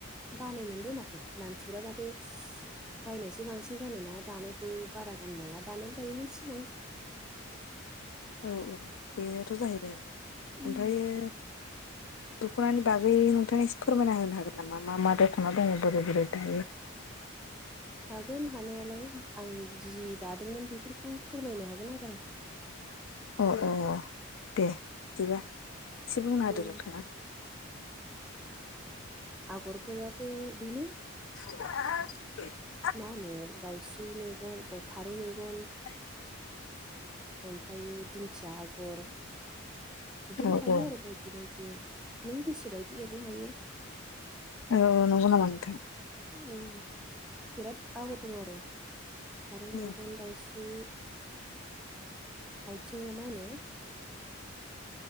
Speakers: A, in the centre; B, on the left.
A: बानाय मोनबाय माथो मानसिफोरा माथो। बायनायसो बांसिन गानोना दानायखौ बारा गानबांला दानायालाय दायोमोन।
B: औ औ बेनोथ' जाहैबाय
A: उम
B: ओमफ्रायो दख'नानि बागै नोंथाङा एसे फोरमायना होनो हागोन नामा मा मा दख'ना दङ बोरै बोरै दायो।
A: हागोन हानायालाय आं जि दादोंमोन बेफोरखौ फोरमायनो हागोन आरो आं।
B: अ अ दे बिदिबा एसे बुंना होदो
A: उम
B: नोंथाङा।
A: आगरफोराथ' बेनो
B: <unintelligible>
A: मा होनो दाउस्रि मेगन अ फारौ मेगन
B: <inaudible>
A: ओमफ्रायो दिंखिया आगर बिदिनो
B: औ
A: थायो
B: औ
A: आरो बायदि बायदि नों गोसोबायदि एरनो हायो
B: अ औ नंगौ नामा नोंथां
A: उम बिराद आगर दं आरो फारौ मेगन
B: औ
A: दाउस्रि आयथिं ना मा होनो